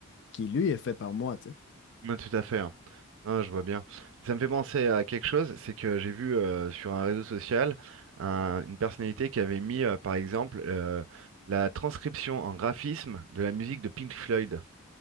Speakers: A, on the left (about 55°); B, on the right (about 65°).
A: qui lui est fait par moi, tu sais.
B: Ouais, tout à fait. Ah, je vois bien. Ça me fait penser à quelque chose, c'est que j'ai vu euh, sur un réseau social un- une personnalité qui avait mis, euh, par exemple, euh, la transcription en graphisme de la musique de Pink Floyd.